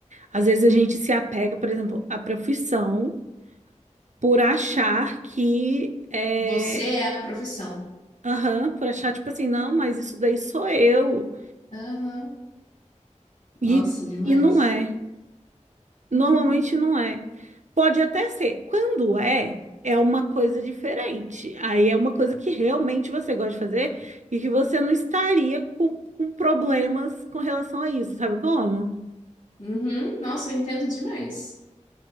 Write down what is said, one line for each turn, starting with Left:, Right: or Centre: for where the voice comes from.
Right: Às vezes a gente se apega, por exemplo, à profissão por achar que. é
Left: Você é a profissão.
Right: Aham, por achar, tipo assim, não, mas isso daí sou eu.
Left: Aham. Nossa,
Right: E,
Left: demais.
Right: e não é. Normalmente
Left: Uhum.
Right: não é. Pode até ser. Quando é, é uma coisa diferente. Aí é uma coisa que realmente você gosta de fazer e que você não estaria com, com problemas com relação a isso, sabe como?
Left: Uhum. Nossa, eu entendo demais.